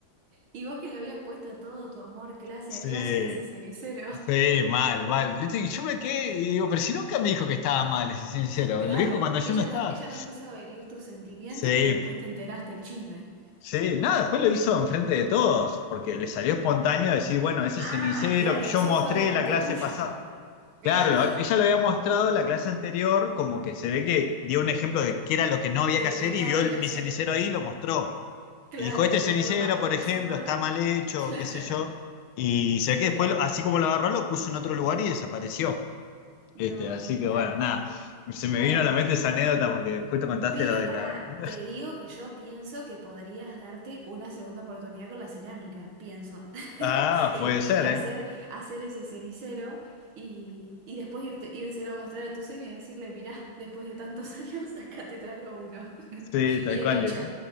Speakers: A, on the right; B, on the left.
A: Y vos que le habías puesto todo tu amor clase
B: Sí.
A: a clase a ese cenicero. <laughs>
B: Sí, mal, mal. Yo, te- yo me quedé y digo, pero si nunca me dijo que estaba mal, es sincero.
A: Claro,
B: Lo dijo cuando yo
A: ella
B: no estaba.
A: no, ella no quiso herir tus sentimientos,
B: Sí,
A: pero después te enteraste el chisme.
B: sí. Nada, después lo hizo enfrente de todos, porque le salió espontáneo decir, bueno, ese
A: Ah,
B: cenicero
A: claro,
B: que yo
A: eso
B: mostré
A: fue adelante
B: la clase
A: tuyo.
B: pasada.
A: Claro,
B: Claro, ella lo había mostrado en la clase anterior, como que se ve que dio un ejemplo de qué era lo que
A: <laughs>
B: no había
A: de
B: que hacer
A: que no
B: y vio
A: había
B: el-
A: que hacer.
B: mi cenicero ahí y lo mostró.
A: Claro,
B: Y dijo, este
A: y
B: cenicero,
A: luego en la próxima.
B: por ejemplo, está mal
A: <laughs>
B: hecho,
A: Claro,
B: qué sé yo. Y se ve que después,
A: claro.
B: así como lo agarró, lo puso en otro lugar y desapareció.
A: No,
B: Este, así
A: no,
B: que
A: claro.
B: bueno, nada, se me
A: Bueno.
B: vino a la mente esa anécdota porque justo contaste
A: Pero
B: lo de
A: pará,
B: la... <laughs>
A: te digo que yo pienso que podrías darte una segunda oportunidad con la cerámica, pienso. <laughs>
B: Ah,
A: Y,
B: puede ser,
A: y hacer,
B: ¿eh?
A: hacer ese cenicero y, y después irte, írselo a mostrar a tu señor y decirle, mirá, después de tantos <laughs> años, acá te traigo uno. <laughs>
B: Sí, tal
A: Bien
B: cual.
A: hecho.